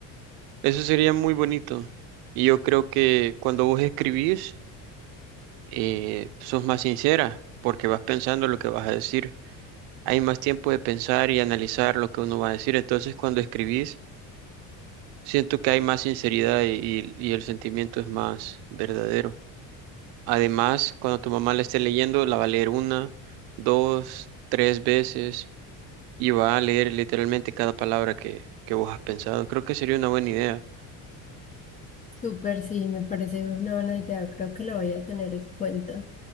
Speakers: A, on the right (about 75°); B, on the left (about 20°).
A: Eso sería muy bonito. Y yo creo que cuando vos escribís, eh, sos más sincera, porque vas pensando lo que vas a decir. Hay más tiempo de pensar y analizar lo que uno va a decir. Entonces, cuando escribís Siento que hay más sinceridad y, y- y el sentimiento es más verdadero. Además, cuando tu mamá la esté leyendo, la va a leer una, dos, tres veces y va a leer literalmente cada palabra que, que vos has pensado. Creo que sería una buena idea.
B: Súper, sí, me parece una buena idea, creo que la voy a tener en cuenta.